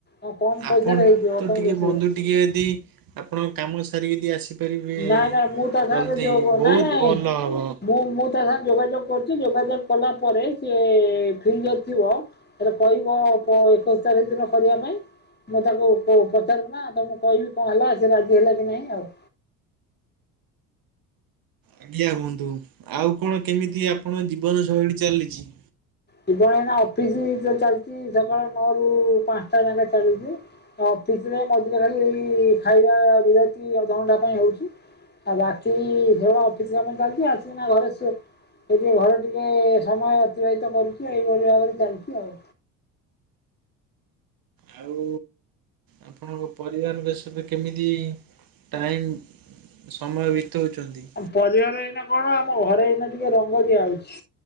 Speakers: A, on the left; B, on the right.
A: ହ କମ
B: ଆପଣ
A: ପଇସ ରେ ହେଇଯିବ
B: ତ
A: ତମ
B: ଟିକେ
A: ରୋଷେଇ
B: ବନ୍ଧୁ ଟିକେ ଯଦି ଆପଣ କାମ ସାରିକି ଯଦ ଆସି ପାରିବେ
A: ନାଇଁ ନାଇଁ ମୁଁ ତା ସାଙ୍ଗରେ
B: ଜଲଦି,
A: ଯୋଉ
B: ବହୁତ
A: ନାଇଁ ନାଇଁ
B: ଭଲ ହବ।
A: ମୁଁ ମୁଁ ତା ସାଙ୍ଗରେ ଯୋଗାଯୋଗ କରୁଛି, ଯୋଗାଯୋଗ କଲା ପରେ, ସେ ଫ୍ରି ଯଦି ଥିବ ହେଲେ କହିବ କଁ ଏକୋଇଶି ତାରିଖ ଦିନ କରିବା ପାଇଁ ମୁଁ ତାକୁ ପ ପଚାରିକିନା ତମକୁ କହିବି, କଣ ହେଲା ସେ ରାଜି ହେଲା କି ନାହିଁ ଆଉ
B: ଆଜ୍ଞା ହୁଅନ୍ତୁ, ଆଉ କଣ କେମିତି ଆପଣଙ୍କ ଜୀବନ ଶୈଳୀ ଚାଲିଛି?
A: ଜୀବନ ଏଇନା ଅଫିସ ଚାଲିଛି ସକାଳ ନଅ ରୁ ପାଞ୍ଚଟା ଯାକେ ଚାଲିଛି। ଅଫିସରେ ମଝିରେ ଖାଲି ଏଇ ଖାଇବା ନିହାତି ଅଧ ଘଣ୍ଟା ପାଇଁ ହଉଛି। ଆଉ ବାକି ଝ ଅଫିସ କାମ ଚାଲିଛି ଆସିବ ନା ଘରେ ସୋ ସେ ଟିକେ ଘରେ ଟିକେ ସମୟ ଅତିବାହିତ କରୁଛି, ଏଇଭଳି ଭାବରେ ଚାଲିଛି ଆଉ
B: ଆଉ ଆପଣଙ୍କ ପରିବାର ବେଶରେ କେମିତି ଟାଇମ୍ ସମୟ ବିତୋଉଚନ୍ତି।
A: ପରିବାର ଏଇନା କଣ, ଆମ ଘରେ ଏଇନା ଟିକେ ରଙ୍ଗ ଦିଆ ହେଉଛି।